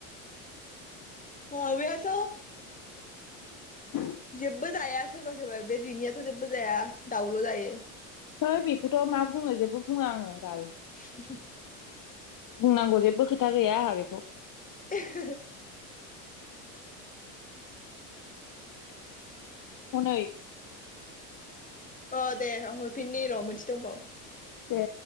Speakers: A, on the left; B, on the left.
A: माबायाथ'
B: <unintelligible> <unintelligible>
A: जेबो जाया सोरबा सोरबा बे दिनिआथ जेबो जाया दाउल' जायो
B: है बेखौथ' मा बुंनो जेबो बुंङा आङो
A: <unintelligible>
B: बाल बुंनांगौ जेबो खोथा गैया आंहा बेखौ
A: <unintelligible>
B: हनै
A: अ दे हरफिननि र' मोनसे दंबावो
B: ए